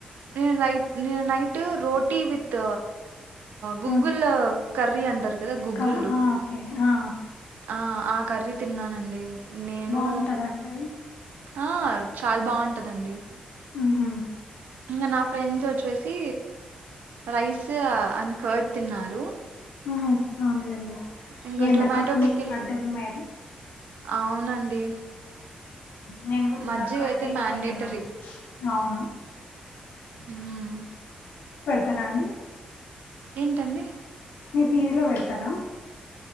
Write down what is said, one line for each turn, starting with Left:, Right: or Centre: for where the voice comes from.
Right: నిన్న నైట్ నిన్న నైట్ రోటీ విత్ గూగుల్
Left: ఆ!
Right: కర్రీ అంటారు కదా గుగ్గుల్లు
Left: కా ఆ! ఓకే ఆ
Right: ఆ ఆ కర్రీ తిన్నానండి నేను
Left: బాగుంటదండిది
Right: ఆ చాలా బాగుంటదండి
Left: ఉహు
Right: ఇంకా నా ఫ్రెండ్స్ వొచ్చేసి రైస్ అని కర్డ్ తిన్నారు
Left: ఊహు అవునులేండి
Right: ఇంగ
Left: ఎండాకాలంలో
Right: టొమాటో పికిల్
Left: పడ్డారు మీరు
Right: అవునండి
Left: నేను గూడా
Right: మజ్జిగైతే
Left: నిన్న కర్డే ఎక్కువతిన్నాను
Right: మ్యాండేటరీ.
Left: అవును
Right: హ్మ్.
Left: తరాండి
Right: ఏంటండి
Left: మీ పీజీలో బెడతారా